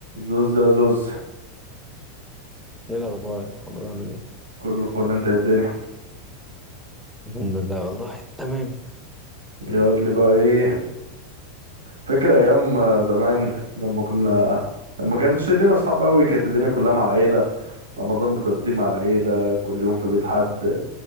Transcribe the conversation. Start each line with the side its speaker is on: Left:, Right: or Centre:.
Right: زوز يا زوز
Centre: ايه الاخبار يا محمد عامل ايه
Right: كله فل انت ايه الدنيا
Centre: الحمد لله والله تمام
Right: يقول لي بقى ايه فاكر ايام زمان لما كنا لما كانش لينا اصحاب قوي كانت الدنيا كلها مع العيله رمضان بتقضيه مع العيله كل يوم في بيت حد